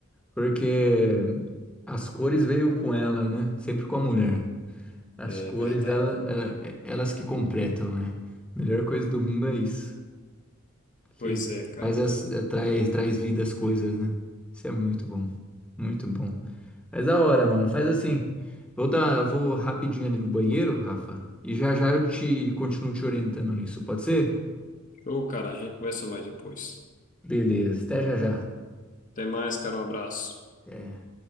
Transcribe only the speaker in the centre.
Porque as cores veio com ela, né? Sempre com a mulher. As
cores,
ela, ela- é- elas que completam, né? Melhor coisa do mundo é isso. Que
faz as, eh, traz, traz vida às coisas, né? Isso é muito bom. Muito bom. Mas da hora, mano. Faz assim. Vou dar, vou rapidinho ali no banheiro, Rafa. E já já eu te continuo te orientando nisso, pode ser?
Beleza. Até já já.
Até.